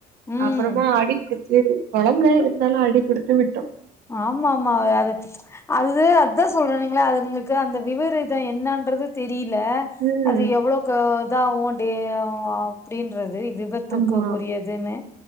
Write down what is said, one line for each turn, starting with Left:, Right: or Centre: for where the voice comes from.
Left: ம்
Right: அப்பறமா அடி குடுத் செரி கொழம்ல இருந்தாலு அடி குடுத்து விட்டோ
Left: ஆமா ஆமா அது அது அதா சொல்றனுங்கள அதுங்களுக்கு அந்த விவரீதம் என்னான்றது தெரியில
Right: ம்
Left: அது எவ்ளோ க இதாவு டே அப்டின்றது விபத்துக்குகுரியதுன்னு
Right: ஆமா